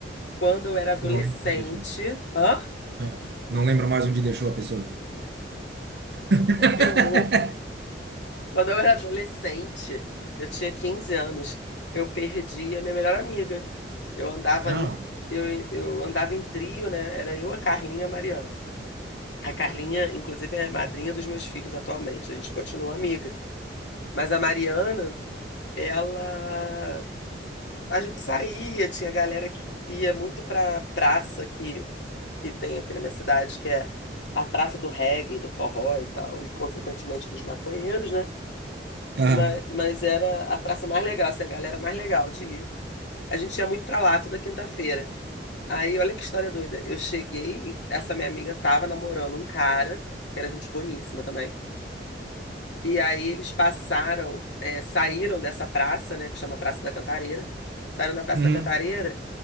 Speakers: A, on the left; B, on the right.
A: Quando eu era adolescente.
B: Não lembro onde deixou.
A: Hã?
B: Ah, Não lembra mais onde deixou a pessoa. <laughs>
A: Que horror! Quando eu era adolescente, eu tinha 15 anos, eu perdi a minha melhor amiga. Eu andava
B: Ah,
A: em, eu, eu andava em trio, né? Era eu, a Carlinha e a Mariana. A Carlinha, inclusive, é madrinha dos meus filhos atualmente. A gente continua amiga. Mas a Mariana, ela. A gente saía, tinha galera que ia muito pra praça que que tem aqui na minha cidade, que é a praça do reggae, do forró e tal, e consequentemente dos maconheiros, né?
B: tá.
A: Mas, mas era a praça mais legal, assim, a galera mais legal de ir. A gente ia muito pra lá toda quinta-feira. Aí, olha que história doida. Eu cheguei, essa minha amiga tava namorando um cara, que era gente boníssima também. E aí eles passaram, é, saíram dessa praça, né, que chama Praça da Cantareira, saíram da Praça
B: Uhum.
A: da Cantareira